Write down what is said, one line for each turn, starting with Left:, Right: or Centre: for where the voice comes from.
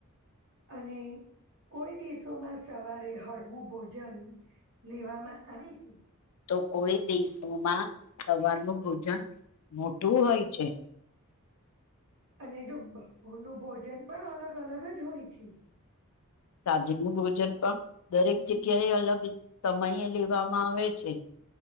Right: અને કોઈ દેશોમાં સવારે હળવું ભોજન લેવામાં આવે છે.
Left: તો કોઈ દેશોમાં સવારનું ભોજન મોટું હોય છે.
Right: અને જો બપોરનું ભોજન પણ અલગ અલગ જ હોય છે
Left: સાજનું ભોજન પણ દરેક જગ્યાએ અલગ સમયે લેવામાં આવે છે.